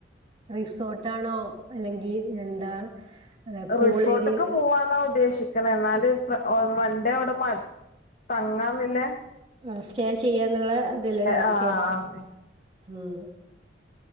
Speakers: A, on the right; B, on the left.
A: റിസോർട്ടാണോ അല്ലെങ്കി എന്താ ഏഹ് പൂളേരിയ
B: റിസോർട്ടൊക്കെ പോവാന്നാ ഉദ്ദേശിക്കു എന്നാലല് വണ്ടേ അവിടെ തങ്ങന്നില്ലേ
A: ആ സ്റ്റേ ചെയ്യാന്നുള്ള ഇതില് ആർക്കെ
B: ആഹ് അതെ
A: ഉ